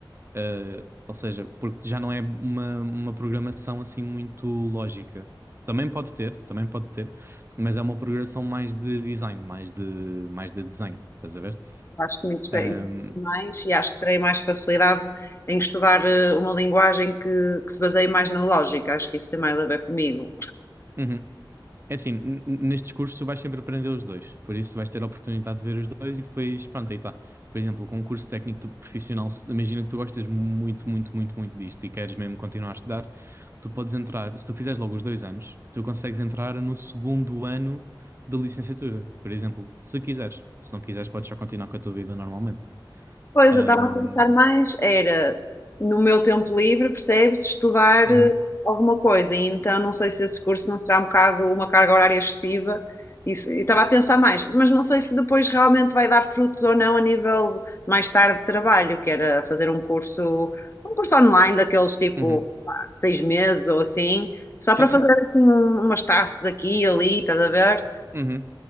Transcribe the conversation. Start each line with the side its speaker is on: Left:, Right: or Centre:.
Right: Uh, ou seja, porque já não é uma, uma programação assim muito lógica. Também pode ter, também pode ter, mas é uma programação mais de design, mais de, mais de desenho, estás a ver?
Left: Acho que me interessei
Right: Um,
Left: mais e acho que terei mais facilidade em estudar eh, uma linguagem que, que se baseie mais na lógica. Acho que isso tem mais a ver comigo.
Right: uhum. É assim, n- n- nestes cursos tu vais sempre aprender os dois, por isso vais ter a oportunidade de ver os dois e depois, pronto, aí está. Por exemplo, com um curso técnico tu- profissional, se- imagina que tu gostas muito, muito, muito, muito disto e queres mesmo continuar a estudar, tu podes entrar, se tu fizeres logo os dois anos, tu consegues entrar no segundo ano da licenciatura, por exemplo, se quiseres. Se não quiseres, podes só continuar com a tua vida normalmente.
Left: Pois,
Right: Ahm,
Left: eu estava a pensar mais, era no meu tempo livre, percebes, estudar
Right: uhum,
Left: eh, alguma coisa, e então não sei se esse curso não será um bocado uma carga horária excessiva, e se- e estava a pensar mais, mas não sei se depois realmente vai dar frutos ou não a nível de- mais tarde de trabalho, que era fazer um curso, um curso online daqueles tipo
Right: uhum.
Left: pá, seis meses ou assim, só
Right: Sim,
Left: para
Right: sim.
Left: fazer assim um- umas tasks aqui e ali, estás a ver?
Right: Uhum.